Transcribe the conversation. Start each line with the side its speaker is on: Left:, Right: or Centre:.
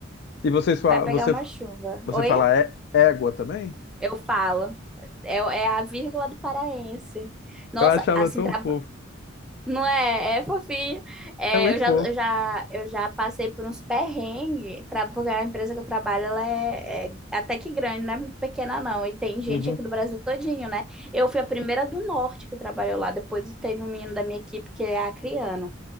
Left: E vocês, fa-
Centre: vai pegar
Left: você,
Centre: uma chuva.
Left: você
Centre: Oi?
Left: fala é, égua também?
Centre: Eu falo. É, é a vírgula do paraense. Nossa,
Left: Eu achava
Centre: assim,
Left: tão
Centre: tra
Left: fofo.
Centre: Não é? É fofinho. É,
Left: É muito
Centre: eu já,
Left: fofo.
Centre: eu já, eu já passei por uns perrengues, tra- porque a empresa que eu trabalho, ela é, é até que grande, não é muito pequena não. E tem gente
Left: Uhum.
Centre: aqui do Brasil todinho, né? Eu fui a primeira do Norte que trabalhou lá. Depois teve um menino da minha equipe que é acriano.